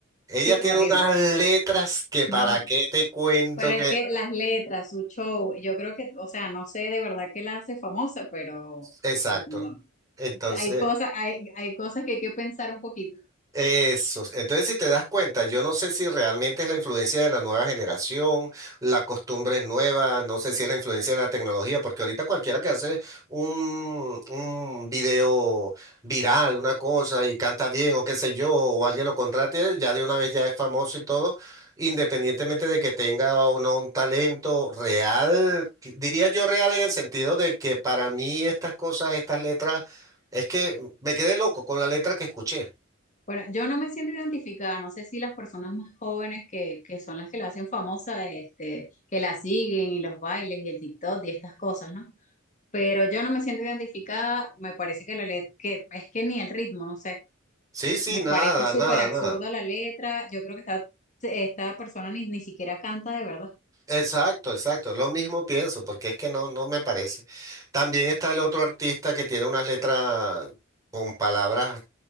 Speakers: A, on the right; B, on the left.
A: ella
B: Sí,
A: tiene
B: horrible.
A: unas letras que para
B: No,
A: qué te cuento
B: Pero
A: que,
B: es que las letras, su show, yo creo que, o sea, no sé de verdad qué la hace famosa, pero
A: exacto.
B: no.
A: Entonces...
B: Hay cosas, hay, hay cosas que hay que pensar un poquito.
A: Eso. Entonces, si te das cuenta, yo no sé si realmente es la influencia de la nueva generación, la costumbre es nueva, no sé si es la influencia de la tecnología, porque ahorita cualquiera que hace un, un video viral, una cosa, y canta bien o qué sé yo, o alguien lo contrate, ya de una vez ya es famoso y todo, independientemente de que tenga o no un talento real, que- diría yo real en el sentido de que para mí estas cosas, estas letras, es que me quedé loco con la letra que escuché.
B: Bueno, yo no me siento identificada, no sé si las personas más jóvenes que, que son las que la hacen famosa, este, que la siguen y los bailes y el TikTok y estas cosas, ¿no? Pero yo no me siento identificada, me parece que la letra, que es que ni el ritmo, no sé,
A: Sí, sí,
B: me
A: nada,
B: parece súper
A: nada,
B: absurda
A: nada.
B: la letra, yo creo que esta, esta persona ni, ni siquiera canta de verdad.
A: Exacto, exacto. Lo mismo pienso, porque es que no, no me parece. También está el otro artista que tiene unas letras con palabras